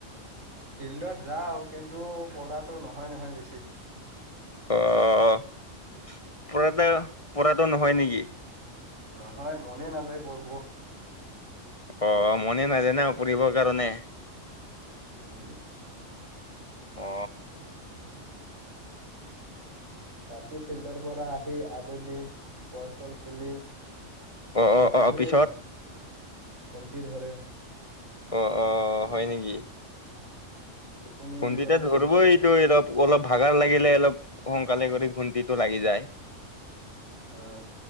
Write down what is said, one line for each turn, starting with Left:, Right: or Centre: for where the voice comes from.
Right: ফিল্ডত যাওঁ কিন্তু পঢ়াটো নহয় নহয় বেছি।
Left: অ' পঢ়াটো, পঢ়াটো নহয় নেকি?
Right: নহয়, মনেই নাযায় পঢ়ব।
Left: অ' মনেই নাজাই পঢ়িবৰ কাৰণে?
Right: উম।
Left: অ
Right: ৰাতি ফিল্ডৰপৰা আহি আবেলি বল চল খেলি
Left: অ
Right: পিছত
Left: অ অ
Right: আহিয়ে
Left: পিছত
Right: খো খুমটি ধৰে।
Left: অ', অ' হয় নেকি?
Right: টোপনি
Left: ঘুমটিটো
Right: আহি যায়
Left: ধৰিবই,
Right: নহয়
Left: এইটো অলপ অলপ ভাগৰ লাগিলে, অলপ সোনকালে কৰি ঘুমটিটো লাগি যায়।
Right: হয়।